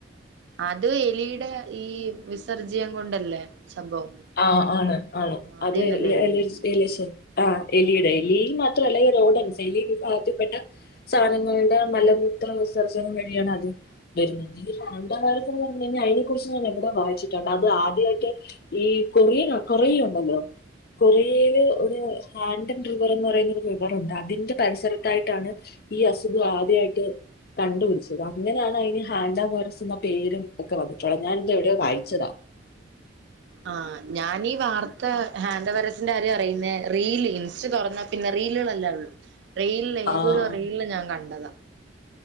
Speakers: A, on the right; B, on the left.
A: അത് എലിയ്ടെ ഈ വിസർജ്യം കൊണ്ടല്ലേ സംഭവം
B: ആ ആണ് ആണ്
A: ആഹ്
B: അത്
A: അതീന്നല്ലേ
B: ഈ
A: വരുന്നേ
B: എലി എലിശം ആ എലിയ്ടെ ലീ മാത്രല്ല ഈ റോഡൻ <unintelligible> വിഭാഗത്തിപ്പെട്ട സാനങ്ങൾടെ മലമൂത്ര വിസർജനം വഴിയാണ് അത് വരുന്നത് അന്തകാലത്തെന്ന് പർഞ്ഞയ്ഞ്ഞാ അയ്നെ കുറിച്ച് ഞാൻ എവിടാേ വായിച്ചിട്ട്ണ്ട് അത് ആദ്യായിട്ട് ഈ കൊറിയൻ കൊറിയല്ണ്ടല്ലോ കൊറിയയില് ഒര് ഹാൻഡൻ റിവറെന്ന് പറയ്ന്നാെര് റിവറുണ്ട് അതിന്റെ പരിസരത്തായിട്ടാണ് ഈ അസുഖം ആദ്യായിട്ട് കണ്ടുപിടിച്ചത് അങ്ങനെയാണ് അയ്ന് ഹാൻഡ വൈർസ്ന്ന പേരും ഒക്കെ വന്നിട്ട്ള്ളത് ഞാനിതെവിടെയോ വായിച്ചതാ
A: ആ ഞാനീ വാർത്ത ഹാന്റാ വൈറസ്ന്റെ കാര്യം അറിയുന്നെ റീല് ഇൻസ്റ്റ തൊറന്നാ പിന്നെ റീല്കളെല്ലേ ഒള്ളു റീൽല് ഏതൊരു
B: ആഹ്
A: റീൽല് ഞാൻ കണ്ടതാ